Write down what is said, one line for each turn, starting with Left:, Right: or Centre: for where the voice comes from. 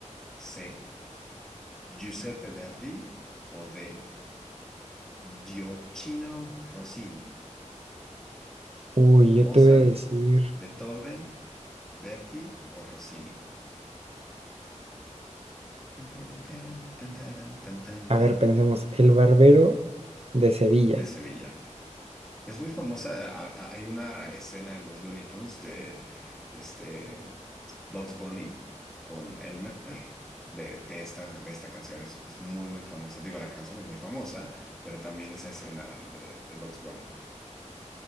Centre: C. Giuseppe Verdi. O D. Giochino Rossini.
Right: uy, yo
Centre: Mozart,
Right: te voy a decir,
Centre: Beethoven, Verdi o Rossini. Tin, tin, tin, tin, tin, tin, tin, tin,
Right: a
Centre: tin.
Right: ver, pensemos, el barbero de Sevilla.
Centre: De Sevilla. Es muy famosa. a- a- Hay una escena en los Looney Tunes de este Bugs Bunny con Elmer de, de esta, de esta canción. Es, es muy, muy famosa. Digo, la canción es muy famosa, pero también esa escena de, de Bugs Bunny.